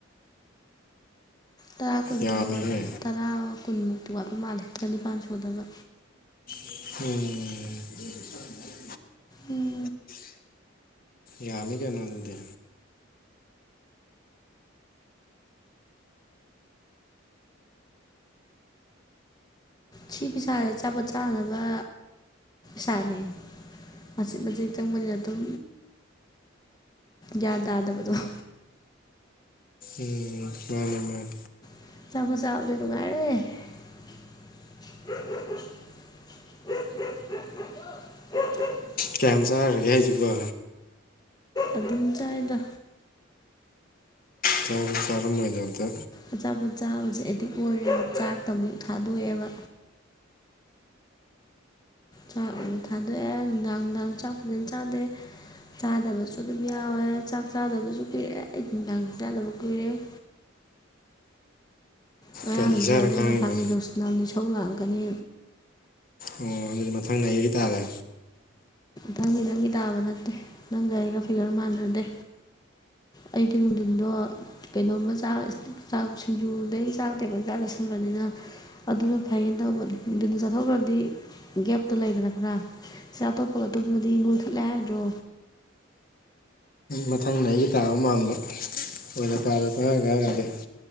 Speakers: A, on the left (about 20°); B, on the left (about 45°).
A: ꯇꯔꯥ ꯀꯨꯟꯃꯨꯛꯇꯗꯤ
B: ꯌꯥꯝꯃꯤꯍꯦ
A: ꯇꯔꯥ ꯀꯨꯟꯃꯨꯛꯇꯤ ꯋꯥꯠꯄ ꯃꯥꯜꯂꯦ ꯆꯅꯤꯄꯥꯥꯟ ꯁꯨꯗꯕ
B: ꯎꯝ
A: ꯎꯝ
B: ꯌꯥꯃꯤ ꯀꯩꯅꯣ ꯑꯗꯨꯗꯤ
A: ꯁꯤ ꯄꯤꯁꯥꯗ ꯑꯆꯥꯄꯣꯠ ꯆꯥꯅꯕ ꯁꯅꯤ ꯃꯁꯤꯁ ꯃꯁ ꯏ ꯆ ꯃꯅ ꯑꯗꯨꯣ ꯌꯥꯗꯗꯕꯗꯨꯣ
B: ꯎꯝ ꯃꯥꯅꯦ ꯃꯥꯅꯦ
A: ꯆꯥꯄ ꯆꯕꯗꯤ ꯅꯨꯡꯉꯥꯏꯔꯦ ꯎ ꯎ
B: ꯀꯝ ꯆꯔꯒꯦ ꯍꯥꯏꯕ
A: ꯑꯗꯨꯝ ꯆꯥꯏꯗ
B: ꯆ ꯆꯔꯝ ꯑꯣꯏꯖꯗ
A: ꯑꯆꯥꯄꯣꯠ ꯆꯥꯕꯁꯦ ꯑꯦꯗꯤꯛ ꯑꯣꯏꯔꯦ ꯆꯥꯛꯇ ꯃꯨꯛ ꯊꯥꯗꯣꯛꯑꯦꯕ ꯆꯥꯛ ꯊꯥꯗꯣꯛꯑꯦ ꯅꯨꯡꯗꯥꯡ ꯅꯨꯡꯗꯥꯡ ꯆꯥꯛ ꯐꯖꯅ ꯆꯥꯗꯦ ꯆꯥꯗꯕꯁꯨ ꯑꯗꯨꯝ ꯌꯥꯎꯋꯦ ꯆꯥꯛ ꯆꯥꯗꯕꯁꯨ ꯀꯨꯏꯔꯦ ꯑꯩ ꯅꯨꯡꯗꯥꯡ ꯆꯥꯗꯕ ꯀꯨꯏꯔꯦ <unintelligible> ꯉꯔꯥꯡꯗꯨꯖ
B: ꯀꯔꯤꯒꯤ ꯆꯥꯔ
A: ꯑꯗ
B: ꯈꯥꯡꯉꯤꯕ
A: ꯑꯩꯅ ꯐꯥꯒꯤꯗꯧꯁꯤꯅ ꯃꯤ ꯁꯧ ꯂꯥꯛꯑꯀꯅꯤ
B: ꯑꯣ ꯑꯗꯨꯗꯤ ꯃꯊꯪꯅ ꯑꯩꯒꯤ ꯇꯥꯔꯦ
A: ꯊꯪꯒꯤ ꯅꯪꯒꯤ ꯇꯥꯕ ꯅꯠꯇꯦ ꯅꯪꯒ ꯑꯩꯒ ꯐꯤꯒꯔ ꯃꯥꯟꯅꯗꯦ ꯑꯩꯗꯤ ꯅꯨꯡꯊꯤꯟꯗꯣ ꯀꯩꯅꯣꯝꯃ ꯆ ꯆꯥꯛ ꯁꯤꯡꯖꯨꯗꯩ ꯆꯥꯛꯇꯦꯕꯖꯥꯛ ꯆꯠꯁꯤꯟꯕꯅꯤꯅ ꯑꯗꯨꯅ ꯐꯩꯌꯦꯅ ꯇꯧꯕꯅꯤ ꯑꯗꯨꯅ ꯆꯠꯊꯣꯛꯈ꯭ꯔꯗꯤ ꯒꯦꯞꯇꯣ ꯂꯩꯗꯅ ꯄꯨꯔꯥ ꯁꯤ ꯑꯇꯣꯞꯄ ꯇꯨꯝꯃꯗꯤ ꯃꯨꯊꯠꯂꯦ ꯍꯥꯏꯗ꯭ꯔꯣ
B: ꯃꯊꯪꯅ ꯑꯩꯒꯤ ꯇꯥꯕ ꯃꯥꯟꯕ ꯄꯥꯔ ꯄꯔ ꯀꯔꯒꯗꯤ